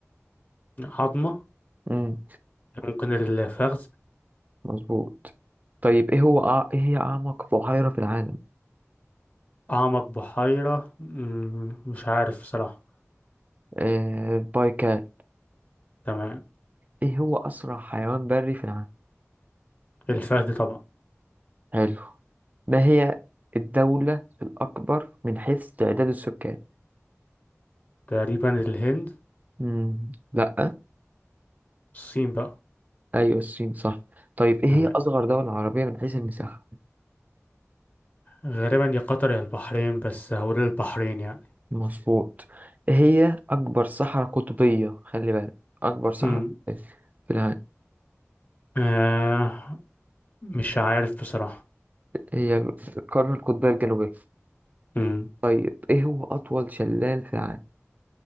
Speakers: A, on the left; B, on the right.
A: عظمة
B: مم.
A: ممكن الفخذ
B: مظبوط طيب ايه هو أع... ايه هي أعمق بحيرة في العالم
A: أعمق بحيرة مم، مش عارف صراحة
B: آه... بايكال
A: تمام
B: ايه هو أسرع حيوان بري في العالم
A: الفهد طبعا
B: حلو ما هي الدولة الأكبر من حيث تعداد السكان
A: تقريبا الهند
B: مم. لأ
A: الصين بقى
B: أيوة الصين صح طيب ايه
A: تمام
B: هي أصغر دولة عربية من حيث المساحة
A: غالبا يا قطر يا البحرين بس هقول البحرين يعني
B: مظبوط هي أكبر صحراء قطبية خلي بالك أكبر صحراء
A: مم.
B: قطبية في العالم
A: آه مش عارف بصراحة
B: هي القارة القطبية الجنوبية
A: مم.
B: طيب إيه هو أطول شلال في العالم